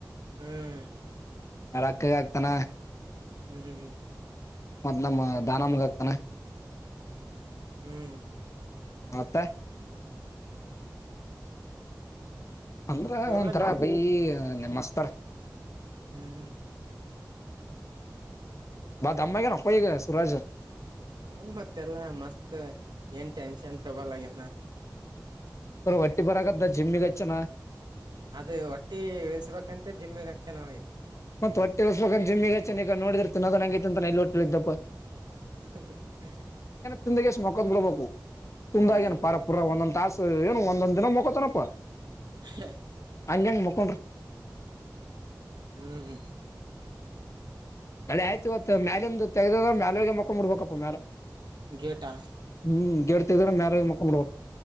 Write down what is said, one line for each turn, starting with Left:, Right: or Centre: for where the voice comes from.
Right: ಹ್ಮ್
Left: ಅವರ್ ಅಕ್ಕಗ ಆಗ್ತಾನ
Right: ಹ್ಮ್ ಹ್ಮ್ ಹ್ಮ್
Left: ಮತ್ತ್ ನಮ್ಮ ದಾನಮಗ ಆಕ್ತಾನ
Right: ಹ್ಮ್
Left: ಮತ್ತೆ ಅಂದ್ರೆ
Right: ಸೂರಜ್
Left: ಒಂಥರ ಬಾಯಿ ಮಸ್ತಾರ
Right: ಹ್ಮ್್ಮ
Left: ಬತ್ ಅಮ್ಮಗ ನ ಅಪ್ಪಗ ಸುರಾಜ್
Right: ಹ್ಮ ಮತ್ತೆಲ್ಲಾ ಮಸ್ತ್ ಏನ್ ಟೆನ್ಷನ್ ತಗೊಲಗ್ಯನ
Left: ಅವರ ಹೊಟ್ಟಿ ಬರಕತದ ಜಿಮ್ಮಿಗೆ ಹಚ್ಚನಾ
Right: ಅದು ಹೊಟ್ಟಿ ಇಳಸ್ಬೇಕಂತ ಜಿಮ್ಮಿಗೆ ಹಚ್ಚನಾವ ಐ
Left: ಮತ್ತ್ ಹೊಟ್ಟೆಸ್ಬೇಕ ಜಿಮ್ಮಿಗ್ ಆಚೆನ ಈಗ ನೋಡಿದ್ರೆ ತಿಂದಾಗನೆ ತಿನ್ನುತ್ತಾನ ಎಲ್ಲಿ ಹೊಟ್ಟೆ ಇಳಿದ್ದಪ್ಪ
Right: ಹಹ
Left: ತಿಂದಗೆ ಎಷ್ಟು ಮೊಕ್ಕದ್ ಬಿಡ್ಬೇಕು ತುಂಬಾಗಿ
Right: ಹ್ಮ್
Left: ಏ ಪಾರ ಪುರ ಒಂದೊಂದು ತಾಸ್ ಏನು ಒಂದೊಂದ್ ದಿನ ಮೊಕೋತನಪ್ಪಾ
Right: ಹ
Left: ಹಂಗ್ ಹೆಂಗ್ ಮುಕ್ಕೊಂದರೆ
Right: ಹ್ಮ್ ಹ್ಮ್
Left: ಮಳೆ ಆಯ್ತತಿ ಇವತ್ ಮೇಲಿಂದು ತೆಗದು ಮ್ಯಾಲ್ ಹೋಗಿ ಮೊಕ್ಕ ಮುಡ್ಬೇಕಪ್ಪ ಮ್ಯಾಲೆ
Right: ಗೇಟಾ
Left: ಹ್ಮ್ ಗೇಟ್ ತೆಗೆರೆ ಮ್ಯಾಲಿ ಹೋಗಿ ಮೋಕೊಂಬಿಡ್ಬೇಕು